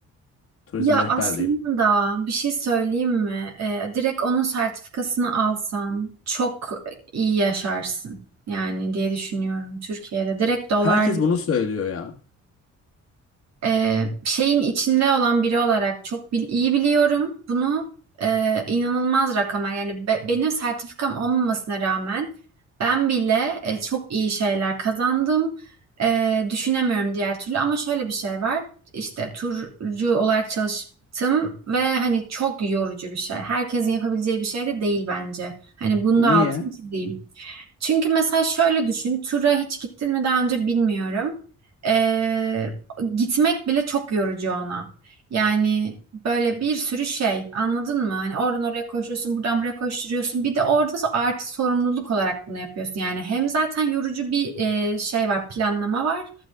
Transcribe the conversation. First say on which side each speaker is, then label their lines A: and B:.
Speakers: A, on the left; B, on the right.
A: Turizm
B: Ya
A: rehberliği.
B: aslında bir şey söyleyeyim mi? Ee, direkt onun sertifikasını alsan çok iyi yaşarsın. Yani diye düşünüyorum Türkiye'de. Direkt dolar
A: Herkes bunu söylüyor ya.
B: e, şeyin içinde olan biri olarak çok bil- iyi biliyorum. Bunu e, inanılmaz rakamlar yani be- benim sertifikam olmamasına rağmen ben bile e, çok iyi şeyler kazandım. E, düşünemiyorum diğer türlü ama şöyle bir şey var. işte turcu olarak çalıştım ve hani çok yorucu bir şey. Herkesin yapabileceği bir şey de değil bence. Hani bunu
A: Niye?
B: da altını çizeyim. Çünkü mesela şöyle düşün, tura hiç gittin mi daha önce bilmiyorum. Ee, gitmek bile çok yorucu ona. Yani böyle bir sürü şey, anladın mı? Hani oradan oraya koşuyorsun, buradan buraya koşturuyorsun. Bir de orada so- artı sorumluluk olarak bunu yapıyorsun. Yani hem zaten yorucu bir e, şey var, planlama var.